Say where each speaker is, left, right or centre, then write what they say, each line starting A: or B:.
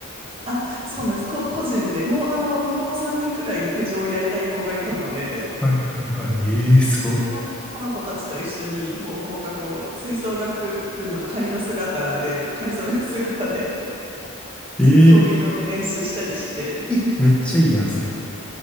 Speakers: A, on the right; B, in the centre.
A: あ、そうなんです。こ、個人でもう、あの、もう3人くらい陸上をやりたい子がいたので、
B: はいはいはい。えーすご。
A: その、その子たちと一緒に、こう、放課後、吹奏楽部の仮の姿で、仮染めの姿で、
B: ええ
A: <laughs> 競技場で練習したりして、
B: えめっちゃいいやん、それ。